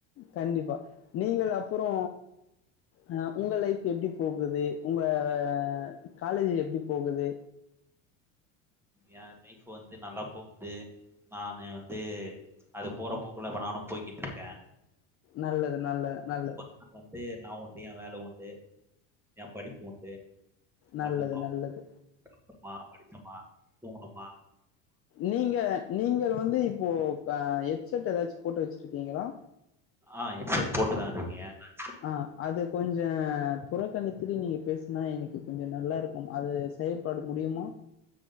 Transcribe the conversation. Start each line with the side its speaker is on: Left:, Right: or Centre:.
Left: கண்டிப்பா நீங்கள் அப்புறோ அ உங்க லைஃப் எப்டி போகுது உங்க அ காலேஜ் எப்டி போகுது
Centre: ஏ லைஃப் வந்து நல்லா போகுது நானு வந்து அது போறப்போக்குள்ள இப்ப நானு போய்கிட்ருக்கே
Left: நல்லது நல்ல நல்லது
Centre: நா வந்து நா உண்டு ஏ வேல உண்டு ஏ படிப்பு உண்டு
Left: நல்லது
Centre: வந்தமா
Left: நல்லது
Centre: போனமா படிச்சமா தூங்குணோமா
Left: நீங்க நீங்கள் வந்து இப்போ அ ஹெட்செட் ஏதாச்சு போட்டு வச்சுருக்கீங்ளா
Centre: அ ஹெட் செட் போட்டுதா இருக்கே ஏண்ணே
Left: அ அது கொஞ்ச புறக்கணித்துட்டு நீங்க பேசுனா எனக்கு கொஞ்ச நல்லா இருக்கும் அது செயல்பாடு முடியுமா